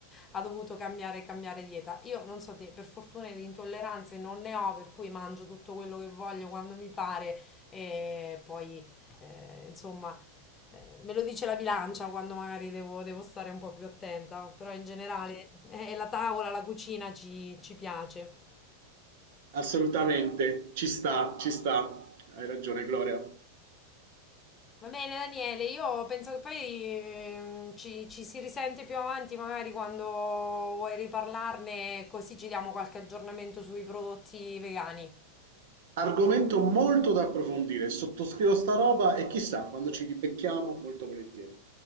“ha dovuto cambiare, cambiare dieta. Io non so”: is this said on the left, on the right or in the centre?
Left